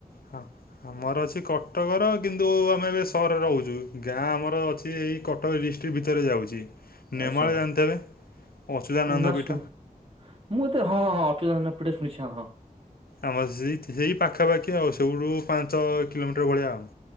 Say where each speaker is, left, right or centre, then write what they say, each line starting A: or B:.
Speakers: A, on the left; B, on the right.
A: ହଁ ଆମର ଅଛି କଟକର କିନ୍ତୁ ଆମେ ଏବେ ସହରରେ ରହୁଛୁ ଗାଁ ଆମର <inaudible> ଅଛି ଏଇ କଟକ ଡିଷ୍ଟ୍ରିକ୍ଟ ଭିତରେ ଯାଉଛି। ନେମାଳ
B: ଆଛା
A: ଜାଣିଥିବେ ଅଚ୍ୟୁତାନନ୍ଦ
B: ନାସୁ
A: ପୀଠ
B: ମୁଁ ତ ହଁଅ-ଅ-ଅ <inaudible> ପଟେ ଶୁଣିଛ ହଁ।
A: ଆମର ସେଇ ସେଇ ପାଖାପାଖି ଆଉ ସେଇଠୁ ପାଞ୍ଚ କିଲୋମିଟର ଭଳିଆ ଆଉ